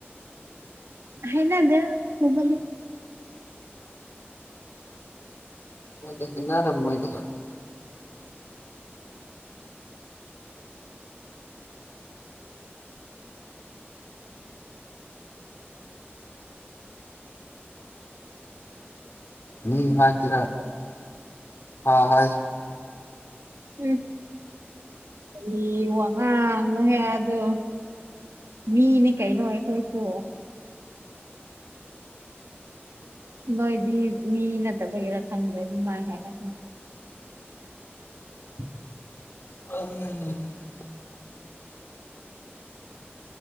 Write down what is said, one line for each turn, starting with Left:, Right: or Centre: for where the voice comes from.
Right: ꯍꯅꯗꯦ ꯍꯒ
Left: ꯃꯣꯏꯅꯔꯝꯣꯏꯗ ꯃꯥ ꯍꯥꯏ ꯀꯔ ꯑ ꯍ
Right: ꯎ ꯑꯩ ꯋꯥꯉꯍ ꯑꯗꯨꯣ ꯃꯤꯅꯤ ꯀꯩꯅꯩꯅ ꯑꯣꯏꯦꯈꯣꯏꯁꯨ ꯅꯣꯏꯗꯤ ꯃꯤ ꯅꯠꯇꯕꯒꯦꯔꯥ ꯈꯪꯗ꯭ꯔꯦ ꯑꯗꯨ ꯃꯥꯏ ꯍꯥꯏꯔꯒꯦ ꯎꯝ
Left: ꯎ